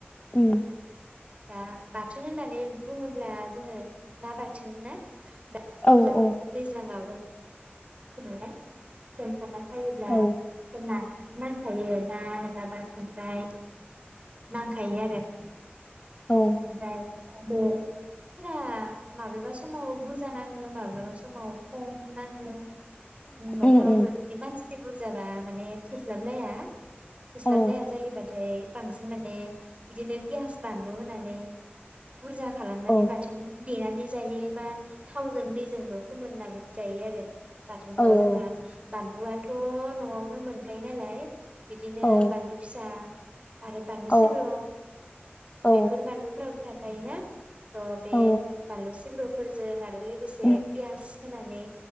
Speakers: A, on the left; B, on the right.
A: उम।
B: दा बाथोन होननानै बुङोब्ला जोङो ना बाथोन ना दा
A: औ औ
B: दैज्लाङाव जों <unintelligible> बा सायोब्ला
A: औ
B: होननाय नांखायो ना नङाबा खांख्राइ नांखायो आरो।
A: औ
B: जाय <unintelligible> फोरा माबेबा समाव बुरजा नाङो माब्लाबा समाव खम नाङो। न'खराव
A: उम उम
B: जुदि मानसि बुरजाना माने थोस्लाबलाया। फोस्लाबलाया
A: औ
B: जायोबाथाय बांसिन माने बिदिनो पियास बान लु होननानै बुरजा खालामनानै
A: औ
B: बाथोन देनानै जायो बा थावजों दैजोंबो फोमोननानै जायो आरो। बाथोनखौ
A: औ
B: जोंना बान बानलुआथ' न'आवनो मोनखायो नालाय बिदिनो
A: औ
B: बानलु फिसा आरो बानलु सिब्र'
A: औ औ
B: बेफोर बानलुफोर राबो थाखायो ना थ' बे
A: औ
B: बालु सिब्र' फोर जों आरो लोगोसे
A: औ
B: पियास होनानै